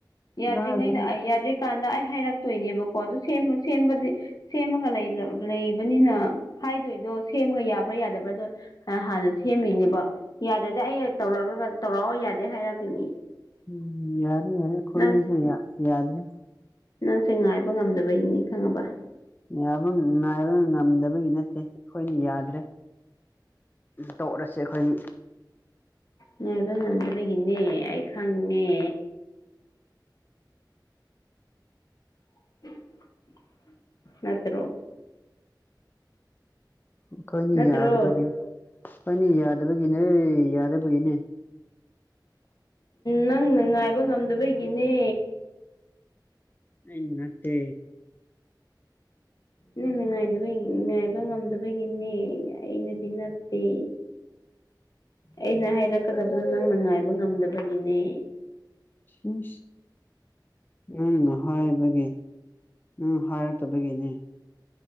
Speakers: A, on the left (about 55°); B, on the left (about 25°).
A: ꯌꯥꯗ꯭ꯔꯤꯉꯩꯗ
B: ꯍꯥꯏꯗꯤ ꯅꯪ
A: ꯑꯌꯥꯗꯦ ꯀꯥꯟꯗ ꯑꯩ ꯍꯥꯏꯔꯛꯇꯣꯏꯅꯦꯕꯀꯣ ꯑꯗꯨ ꯁꯦꯝꯕ ꯁꯦꯝꯕꯗꯤ ꯁꯦꯝꯃꯒ ꯂꯩꯇꯥ ꯂꯩꯕꯅꯤꯅ ꯍꯥꯏꯗꯣꯏꯗꯣ ꯁꯦꯝꯃꯒ ꯌꯥꯕ꯭ꯔꯥ ꯌꯥꯗꯕ꯭ꯔꯥꯗꯣ ꯍꯥꯟꯅ ꯁꯦꯝꯃꯤꯅꯦꯕ ꯌꯥꯗꯗꯤ ꯑꯩ ꯇꯧꯔꯛꯒ ꯇꯧꯔꯛꯑꯣ ꯌꯥꯗꯦ ꯍꯥꯏꯔꯛꯀꯅꯤ
B: ꯎꯝ ꯌꯥꯔꯦ ꯌꯥꯔꯦ ꯀꯣꯏꯅꯗ
A: ꯅꯪ
B: ꯌꯥꯗ꯭ꯔꯔꯤ
A: ꯅꯪꯁꯦ ꯉꯥꯏꯕ ꯉꯝꯗꯕꯩꯅꯤ ꯈꯪꯉꯕ
B: ꯌꯥꯕ ꯉꯥꯏꯕ ꯉꯝꯗꯕꯒꯤ ꯅꯠꯇꯦ ꯑꯩꯈꯣꯏꯅ ꯌꯥꯗ꯭ꯔꯦ ꯇꯧꯠꯂꯁꯦ ꯑꯩꯈꯣꯏꯒꯤ
A: ꯉꯥꯏꯕ ꯉꯝꯗꯕꯒꯤꯅꯦ ꯑꯩ ꯈꯪꯉꯦ <inaudible> ꯅꯠꯇ꯭ꯔꯣ
B: ꯑꯩꯈꯣꯏꯅꯤ
A: ꯅꯠꯇ꯭ꯔꯣ
B: ꯌꯥꯗꯕꯒꯤ ꯑꯩꯈꯣꯏꯅꯤ ꯌꯥꯗꯕꯒꯤꯅꯦ ꯌꯥꯗꯕꯒꯤꯅꯦ
A: ꯅꯪꯅ ꯉꯥꯏꯕ ꯉꯝꯗꯕꯒꯤꯅꯦ
B: ꯑꯩ ꯅꯠꯇꯦ
A: ꯅꯅꯨꯡꯉꯥꯏꯕ ꯉꯥꯏꯕ ꯉꯝꯗꯕꯒꯤꯅꯦ ꯑꯩꯅꯗꯤ ꯅꯠꯇꯦ ꯑꯩꯅ ꯍꯥꯏꯔ ꯆꯀꯗꯕꯗꯣ ꯅꯪꯅ ꯉꯥꯏꯕ ꯉꯝꯗꯕꯒꯤꯅꯦ
B: ꯍ ꯅꯪꯅ ꯍꯥꯏꯕꯒꯤ ꯅꯪ ꯍꯥꯏꯔꯛꯇꯕꯒꯤꯅꯦ